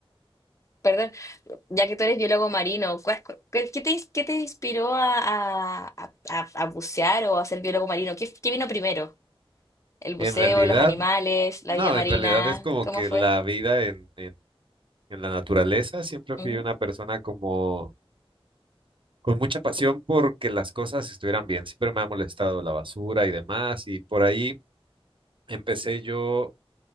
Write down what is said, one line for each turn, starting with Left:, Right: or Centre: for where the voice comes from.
Left: perdón, ya que tú eres biólogo marino, ¿cuál- cu- qué, qué te, ins- qué te inspiró a, a- a- a- a bucear o a ser biólogo marino? ¿Qué, qué vino primero? ¿El buceo,
Right: en realidad
Left: los animales, la
Right: No,
Left: vida marina?
Right: en realidad es como
Left: ¿Cómo
Right: que
Left: fue?
Right: la vida en, en, en la naturaleza, siempre fui
Left: Ujú,
Right: una persona como con mucha pasión porque las cosas estuvieran bien. Siempre me ha molestado la basura y demás y por ahí empecé yo,